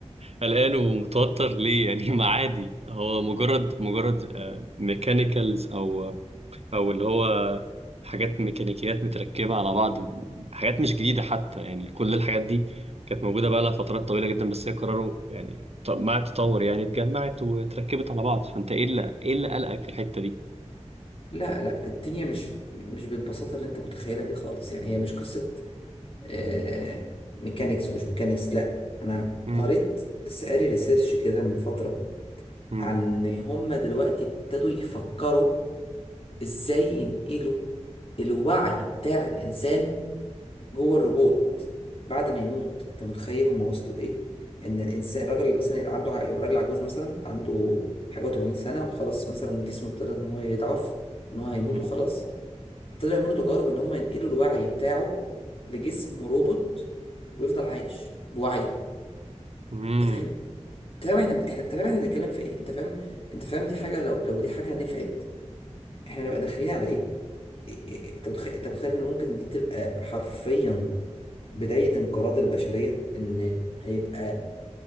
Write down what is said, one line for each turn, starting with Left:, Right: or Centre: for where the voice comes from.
Right: قلقان ومتوتر ليه يعني <laughs> ما عادي هو مجرد مجرد ميكانيكالز او او اللي هو حاجات ميكانيكيات متركبه على بعض حاجات مش جديده حتى يعني كل الحاجات دي كانت موجوده بقى لها فترات طويله جدا بس هي قرروا يعني ط- مع التطور يعني اتجمعت واتركبت على بعض فانت ايه اللي ايه اللي قلقك في الحته دي
Left: لا لا الدنيا مش مش بالبساطة اللي أنت متخيلها دي خالص يعني هي مش قصة آه ميكانيكس ومش ميكانيكس لا أنا
Right: امم
Left: قريت لسه قاري ريسيرش كده من فترة
Right: امم
Left: عن هم دلوقتي ابتدوا يفكروا ازاي ينقلوا الوعي بتاع الانسان جوه الروبوت بعد ما يموت انت متخيل هم وصلوا لايه ان الانسان الراجل اللي مثلا يبقى عنده ع- راجل عجوز مثلا عنده حاجه و80 سنه وخلاص مثلا جسمه ابتدى ان هو يضعف وان هو هيموت
Right: امم
Left: وخلاص ابتدوا يعملوا تجارب ان هم ينقلوا الوعي بتاعه لجسم روبوت ويفضل عايش بوعيه
Right: أمم.
Left: انت فاهم انت فاهم احنا إحنا- انت فاهم احنا بنتكلم في ايه انت فاهم انت فاهم دي حاجه لو لو دي حاجه نفعت احنا نبقى داخلين على ايه إيه- إيه، انت متخيل انت متخيل ان ممكن دي تبقى حرفيا بداية انقراض البشرية ان هيبقى